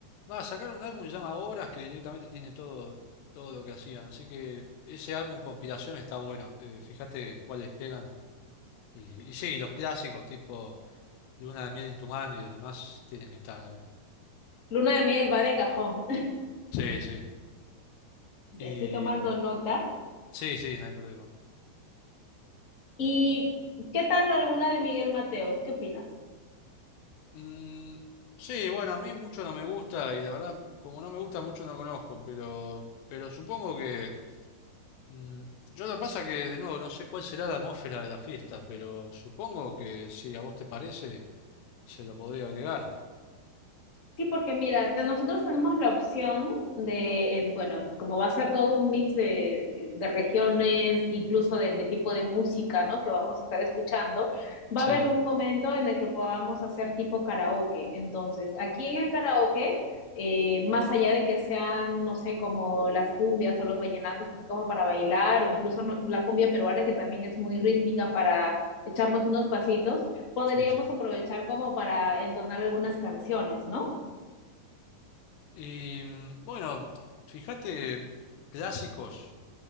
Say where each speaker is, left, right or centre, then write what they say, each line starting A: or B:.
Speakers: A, on the left; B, on the left.
A: Va a sacar un álbum que se llama Obras, que directamente tiene todo, todo lo que hacían. Así que ese álbum compilación está bueno. Eh, fíjate cuáles pegan. Y, y sí, los clásicos, tipo Luna de miel en tu mano y los demás tienen que estar también.
B: Luna de miel va de cajón.
A: Sí, sí.
B: <laughs> Ya
A: Y
B: estoy tomando nota.
A: sí, sí, no hay problema.
B: ¿Y qué tal alguna de Miguel Mateos? ¿Qué opinas?
A: Mm, sí, bueno, a mí mucho no me gusta y la verdad, como no me gusta mucho no conozco, pero, pero supongo que... mm, yo lo que pasa que, de nuevo, no sé cuál será la atmósfera de la fiesta, pero supongo que si a vos te parece, se lo podría agregar.
B: Sí, porque mira, te- nosotros tenemos la opción de, eh, bueno, como va a ser todo un mix de, eh, de regiones, incluso de, de tipo de música, ¿no? Que vamos a estar escuchando, va
A: Sí,
B: a haber un momento en el que podamos hacer tipo karaoke. Entonces, aquí en el karaoke, eh, más allá de que sean, no sé, como las cumbias o los vallenatos, así como para bailar, o incluso no- la cumbia peruana, que también es muy rítmica para echarnos unos pasitos, podríamos
A: sí, sí.
B: aprovechar como para entonar algunas canciones, ¿no?
A: Y mm, bueno, fíjate clásicos